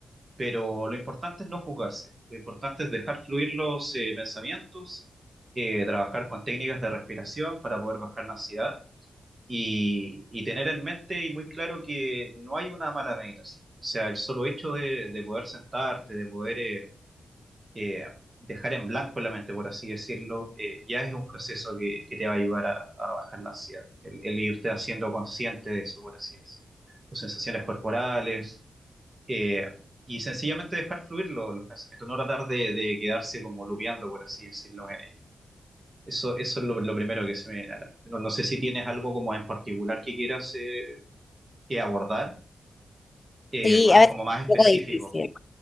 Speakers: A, on the right (about 40°); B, on the left (about 35°).
A: pero lo importante es no juzgarse, lo importante es dejar fluir los eh, pensamientos, eh, trabajar con técnicas de respiración para poder bajar la ansiedad y, y tener en mente y muy claro que no hay una mala meditación. O sea, el solo hecho de, de poder sentarte, de poder eh, eh, dejar en blanco la mente, por así decirlo, eh, ya es un proceso que, que te va a ayudar a, a bajar la ansiedad, el, el irte haciendo consciente de eso, por así decirlo. Tus sensaciones corporales, eh, y sencillamente dejar fluir lo- los pensamientos, no tratar de, de quedarse como lupeando, por así decirlo. en ello. Eso, eso es lo, lo primero que se me viene a la mente. No, no sé si tienes algo como en particular que quieras eh, eh, abordar, eh,
B: Sí,
A: más,
B: a veces
A: como
B: es
A: más específico.
B: un poco difícil.